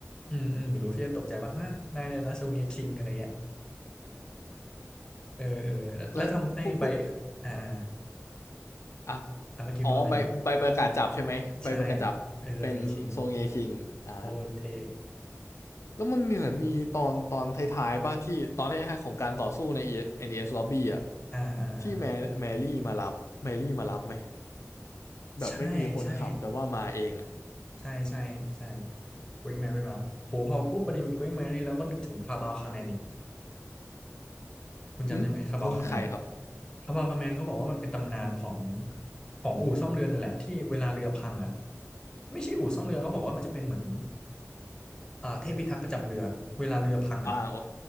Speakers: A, on the left; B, on the left.
A: อืมอืมเหมือนลูฟี่จะตกใจว่าฮะนายเนี่ยนะทรงเรียนคิงอะไรเงี้ยเออเออแล้วแล้วทำให้ใบ
B: แล้วพูดพูด
A: อ่าอ่า
B: อ่ะ
A: อ่าเมื่อกี้พูดว่าไงนะครับ
B: อ๋อใบใบประกาศจับใช่ไหมใบประกาศจับเป็นโซเงคิงอ่า
A: ใช่เป็นทรงเรียนคิงโคตรเท่
B: แล้วมันเหมือนมีตอนตอนท้ายๆป่ะที่ตอนท้ายๆของการต่อสู้ใน NDS Lobby อ่ะ
A: อ่าอ่าอ่า
B: ที่แมแมรี่มารับแมรี่มารับไหมแบบไม่มีคนขับแต่ว่ามาเองอ่ะ
A: ใช่ใช่ ใช่ใช่ใช่ Going Merry มารับโหพอพูดประเด็น Going Merry แล้วก็นึกถึงคาบาวคาแมนอีกคุณจำได้ไหมคาบาวคาแมน
B: อืมเขาคือใครครับ
A: คาบาวคาแมนเขาบอกว่ามันเป็นตำนานของของอู่ซ่อมเรือนั่นแหละที่เวลาเรือพังอ่ะไม่ใช่อู่ซ่อมเรือเขาบอกว่ามันจะเป็นเหมือนเอ่อเทพพิทักษ์ประจำเรือเวลาเรือพังอ่ะ
B: อ่าโอ